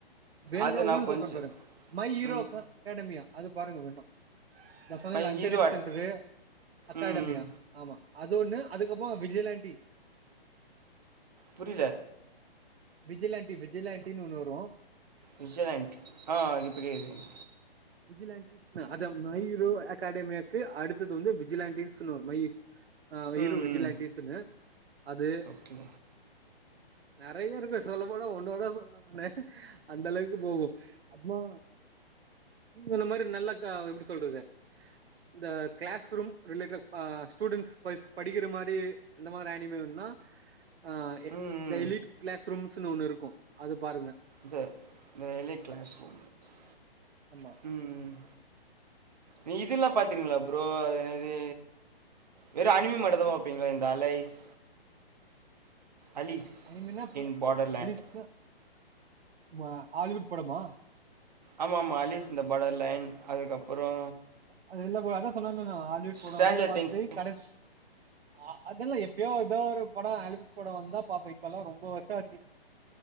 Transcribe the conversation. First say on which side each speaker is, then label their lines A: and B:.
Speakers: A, on the right; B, on the right.
A: வேணும்னா
B: அது
A: இன்னொன்னு
B: நா கொஞ்ச
A: சொல்ற பாருங்க மை ஈரோ
B: ம்
A: க அகாடமியா அது பாருங்க வேண்ணா நா சொன்னல
B: மை
A: அன்ட்டனட்
B: ஹீரோ அட்
A: சென்டரு அகாடமியா
B: ம்
A: ஆமா அது ஒண்ணு அதுக்கப்போ விஜியலாண்டி
B: புரில
A: விஜிலாண்டி விஜிலாண்டினு ஒண்ணு வரு
B: விஜலாண்டி ஆ இப்ப கேக்குது
A: விஜிலாண்டிஸ்னு அத மை ஈரோ அகாடமியக்கு அடுத்தது வந்து வி ஜிலாண்டிஸ்னு ஒரு மை ஆ ஈரு
B: ம்
A: விஜிலாண்டீஸுனு
B: ம்
A: அது
B: ஓகே
A: நறைய இருக்கு சொல்ல போனா ஒன்னொன்னா சொல்லா நானு அந்த அளவுக்கு போகு அப்மா நீங் சொன்ன மாரி நல்லா க எப்புடி சொல்றது இந்த க்ளாஸ் ரூம் ரிலேட்ரா அ ஸ்டூடெண்ட்ஸ் பஸ் படிக்கிற மாரி அந்த மாதிரி ஆனிமி வேணுனா ஆ எ
B: ம்
A: த
B: ம்
A: எலிட் க்ளாஸ் ரூம்ஸ்ன்னு ஒண்ணு இருக்கு அத பாருங்க
B: த த எலைட் க்ளாஸ் ரும்ஸ்
A: ஆமா
B: ம் ம் நீ இதுல்லா பாத்திருங்ளா ப்ரோ அது என்னது வெறு அனிமி மட்டுதா பாப்பீங்களா இந்த அலைஸ் அலிஸ்
A: அனிமீனா ப
B: இன் பார்டர்லேண்ட்
A: அலிஸ்னா மா ஹாலிவுட் படமா
B: ஆமா ஆமா அலிஸ் இந்த படொ லைன் அதுக்கப்பறோ
A: அது இல்ல போ அதா சொன்னன நா ஹாலிவுட்
B: ஸ்ட்ராஞ்சர்
A: படொல்லா பாத்து
B: திங்ஸ்
A: கடைசி அ அதெல்லா எப்பயோ ஏதோ ஒரு படோ ஆலிவுட் படோ வந்தா பாப்ப இப்பெல்லா ரொம்ப வர்ஷ ஆச்சு